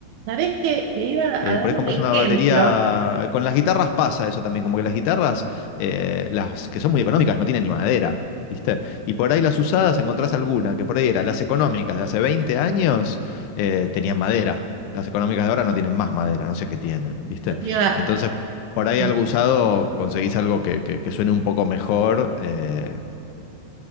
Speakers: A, on the right (about 80°); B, on the left (about 85°).
A: ¿Sabés qué? Te iba
B: Eh,
A: a dar
B: por ahí
A: un
B: compras
A: ejemplo.
B: una batería. Con las guitarras pasa eso también, como que las guitarras, eh, las que son muy económicas, no tienen ni madera, ¿viste? Y por ahí las usadas encontrás alguna, que por ahí eran las económicas de hace 20 años, eh, tenían madera. Las económicas de ahora no tienen más madera, no sé qué tienen, ¿viste?
A: Yo te iba,
B: Entonces, por ahí
A: sí,
B: algo usado conseguís algo que, que- que suene un poco mejor eh,